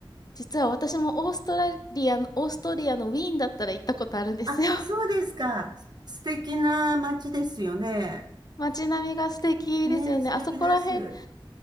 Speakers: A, on the left; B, on the right.
A: 実は私もオーストラリアの、オーストリアのウィーンだったら行ったことあるんですよ。
B: あ、そうですか。す素敵な街ですよね。
A: 街並みが素敵ですよね。
B: ねえ、素敵です。
A: あそこら辺、